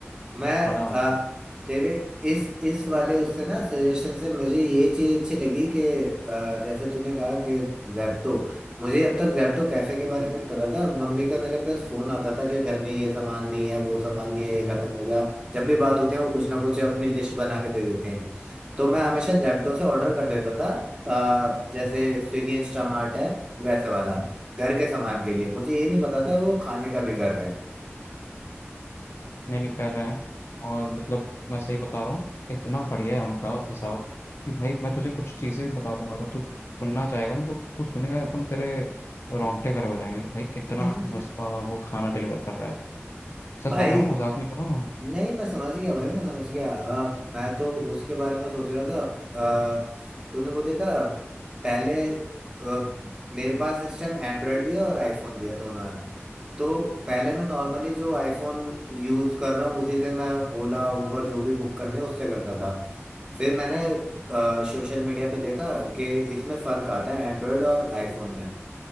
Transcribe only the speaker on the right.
मैं
अ,
तेरे इस इस वाले
उससे ना सजेशन से मुझे ये चीज अच्छी लगी कि अ, जैसे तूने कहा कि जैप्टो मुझे अब तक जैप्टो कैफे के बारे में भी पता था मम्मी का मेरे पास फोन आता था कि घर में ये सामान नहीं है वो सामान नहीं है ये खत्म हो गया जब भी बात होती है वो कुछ ना कुछ अपनी लिस्ट बना के दे देते हैं तो मैं हमेशा जैप्टो से ऑर्डर कर देता था अ, जैसे स्विगी इंस्टामार्ट है वैसे वाला घर के सामान के लिए मुझे ये नहीं पता था वो खाने का भी कर रहे हैं
<laughs>
भाई
नहीं मैं समझ गया भाई मैं समझ गया अ, मैं तो उसके बारे में सोच रहा था अ, तूने वो देखा पहले अ, मेरे पास इस टाइम एंड्रॉयड भी है और आईफोन भी है दोनों है तो पहले मैं नॉर्मली जो आईफोन यूज कर रहा हूँ उसी से मैं ओला उबर जो भी बुक करने उससे करता था फिर मैंने सोशल मीडिया पे देखा कि इसमें फर्क आता है एंड्रॉयड और आईफोन में